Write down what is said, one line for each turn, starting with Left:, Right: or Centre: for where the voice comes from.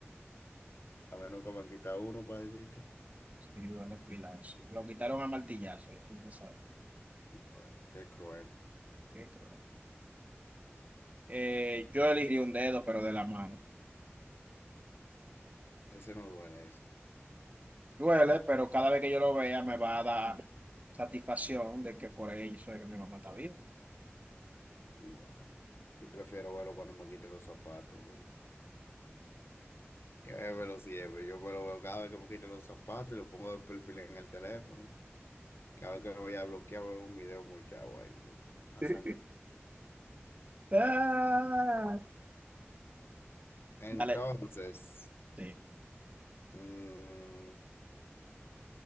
Left: A mí nunca me han quitado uno para decirte.
Right: sí, duele pila eso. Lo quitaron a martillazo, ya tú lo sabes.
Left: Bueno, qué cruel.
Right: Qué cruel. Eh, yo elegiría un dedo, pero de la mano.
Left: Ese no duele ese.
Right: Duele, pero cada vez que yo lo vea me va a dar satisfacción de que por ahí soy que mi mamá está viva.
Left: Bueno. Yo prefiero verlo cuando me quite los zapatos, güey. Yo me lo siempre, yo me lo veo cada vez que me quito los zapatos y lo pongo de perfil en el teléfono. Cada vez que lo voy a bloquear veo un video muy chavo ahí, digo, "Pues, la
Right: <laughs>
Left: salve.
Right: Ah.
Left: Entonces,
Right: Dale. Sí.
Left: mm,